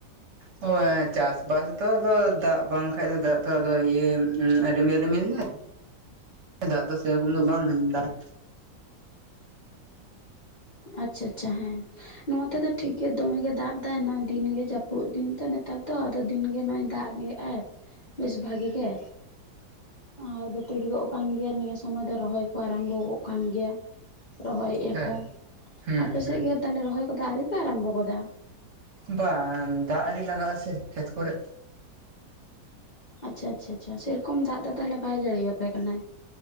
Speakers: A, on the right (about 65°); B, on the left (about 60°).
A: ᱦᱳᱭ ᱪᱟᱥᱼᱵᱟᱥ ᱫᱚ ᱟᱫᱚ ᱫᱟᱜ ᱵᱟᱝ ᱠᱷᱟᱡ ᱫᱚ ᱫᱟᱜ ᱛᱚ ᱟᱫᱚ ᱤᱭᱟᱹ ᱩᱢ ᱨᱤᱢᱤᱞ ᱨᱤᱢᱤᱞ ᱫᱟᱭ᱾
B: <inaudible>
A: ᱫᱟᱜ ᱫᱚ ᱥᱮᱨᱚᱠᱚᱢ ᱫᱚ ᱵᱟᱝ ᱦᱮᱧ ᱫᱟᱭ᱾
B: ᱟᱪᱪᱷᱟ ᱟᱪᱪᱷᱟ ᱦᱮᱸ᱾ ᱱᱚᱛᱮ ᱫᱚ ᱴᱷᱤᱠ ᱜᱮ ᱫᱚᱢᱮᱜᱮ ᱫᱟᱜ ᱫᱟᱭ ᱱᱚᱜᱼᱚᱭ ᱫᱤᱱᱜᱮ ᱡᱟᱹᱯᱩᱜ ᱫᱤᱱ ᱛᱚ ᱱᱮᱛᱟᱨ ᱫᱚ ᱟᱫᱚ ᱫᱤᱱᱜᱮ ᱱᱚᱜᱼᱚᱭ ᱫᱟᱜ ᱮᱜ᱾ ᱟᱨ ᱵᱮᱥ ᱵᱷᱟᱜᱮ ᱜᱮ᱾ ᱟᱨ ᱵᱟᱹᱛᱟᱹᱲᱤ ᱜᱚᱜ ᱠᱟᱱ ᱜᱮᱭᱟ ᱱᱤᱭᱟᱹ ᱥᱩᱢᱟᱭ ᱫᱚ ᱨᱚᱦᱚᱭ ᱠᱚ ᱟᱨᱟᱢᱵᱚ ᱜᱚᱜ ᱠᱟᱱ ᱜᱮᱭᱟ᱾ ᱨᱚᱦᱚᱭ ᱮᱼᱟ
A: ᱦᱮᱸ
B: ᱠᱚ,
A: ᱦᱩᱸ
B: ᱟᱯᱮ
A: ᱦᱩᱸ
B: ᱥᱮᱜ ᱜᱮ ᱛᱟᱞᱦᱮ ᱨᱚᱦᱚᱭ ᱠᱚᱫᱚ ᱟᱣᱨᱤᱯᱮ ᱟᱨᱟᱢᱵᱚ ᱜᱚᱫᱟ?
A: ᱵᱟᱱ ᱫᱟᱜ ᱟᱹᱨᱤ ᱞᱟᱜᱟ ᱟᱥᱮ ᱠᱷᱮᱛ ᱠᱚᱨᱮᱜ᱾
B: ᱪᱷᱟ ᱟᱪᱪᱷᱟ ᱟᱪᱷᱟ, ᱥᱮᱨᱚᱠᱚᱢ ᱫᱟᱜ ᱫᱚ ᱛᱟᱦᱚᱞᱮ ᱵᱟᱭ ᱡᱟᱹᱲᱤᱭᱟᱯᱮ ᱠᱟᱱᱟ?